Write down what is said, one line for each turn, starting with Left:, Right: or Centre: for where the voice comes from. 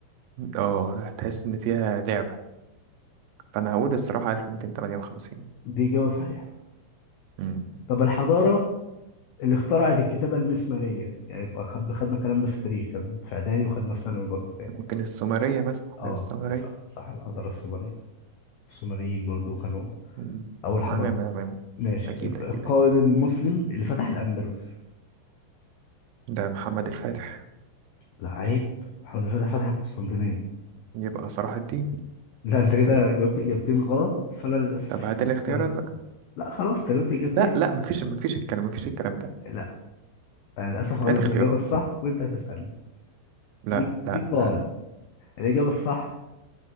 Right: اه هتحس إن فيها لعبة فأنا هقول الصراحة 1258
Left: دي إجابة صحيحة
Right: مم.
Left: طب الحضارة اللي اخترعت الكتابة المسمارية يعني خدنا خدنا الكلام ده في التاريخ كان في إعدادي وخدنا في ثانوي برضه تاني
Right: ممكن السومرية مثلا لا
Left: اه
Right: السومرية
Left: ده صح صح الحضارة السومرية السومريين برضو كانوا
Right: مم.
Left: أول حضارة
Right: عمامة عمامة
Left: ماشي
Right: أكيد
Left: الق-
Right: أكيد
Left: القائد
Right: أكيد
Left: المسلم اللي فتح الأندلس
Right: ده محمد الفاتح
Left: لا عيب محمد الفتح فتح القسطنطينية
Right: يبقى صلاح الدين
Left: لا أنت كده جاوبت إجابتين غلط فأنا للأسف
Right: طب
Left: مش
Right: هات
Left: هديك
Right: الاختيارات
Left: اختيارات
Right: بقى
Left: لا خلاص أنت جاوبت إجابتين
Right: لا لا مفيش مفيش الكلام مفيش الكلام ده
Left: لا أنا للأسف هقول
Right: هات
Left: لك
Right: اختيارات
Left: الإجابة الصح وأنت هتسألني
Right: لا
Left: دي
Right: لا
Left: دي قواعد
Right: لا
Left: الإجابة الصح